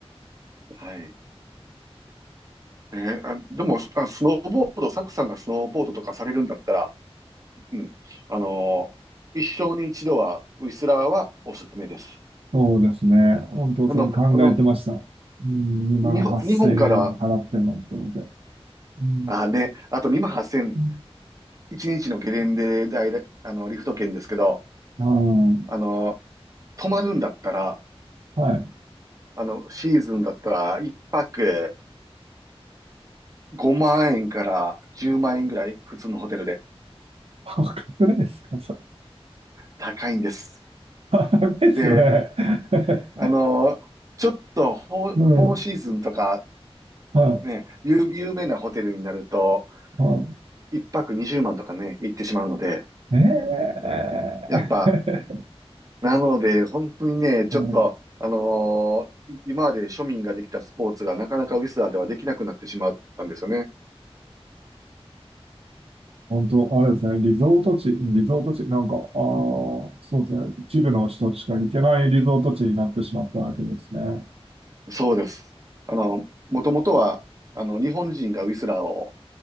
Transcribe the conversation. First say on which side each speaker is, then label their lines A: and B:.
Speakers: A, on the right (about 35°); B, on the right (about 65°).
A: はい。えあ、でも、あ、スノーボード、サクさんがスノーボードとかされるんだったら、うん。あの、一生に一度は、ウィスラーはおすすめです。
B: そうですね。本当、
A: あの、
B: それ考えてました。
A: あの、
B: うん、2万8000円払ってもと思って。
A: 日本、日本から、
B: うん。
A: あ、ね、あと2万8千0
B: う
A: 一日のゲレンデで、あの、リフト券ですけど、
B: ん。
A: あの、泊まるんだったら、
B: はい。
A: あの、シーズンだったら、一泊5万円から10万円ぐらい、普通のホテルで
B: 破格ですかそれ。
A: 高いんです。
B: <laughs> 破格ですよね。
A: で、
B: <laughs>
A: あの、ちょっとフォー、
B: うん。
A: フォーシーズンとか、
B: はい。
A: ね、有、有名なホテルになると、
B: は
A: 一泊20万とかね、行ってしまうので、
B: い。ええ
A: やっぱ、なので、本当にね、ちょっと、
B: <laughs> うん
A: あのー今まで庶民ができたスポーツがなかなかウィスラーではできなくなってしまったんですよね。
B: 本当、あれですね。リゾート地、リゾート地、なんか、ああ、そうですね。一部の人しか行けないリゾート地になってしまったわけですね。あ
A: そうです。あの、もともとは、あの、日本人がウィスラーを、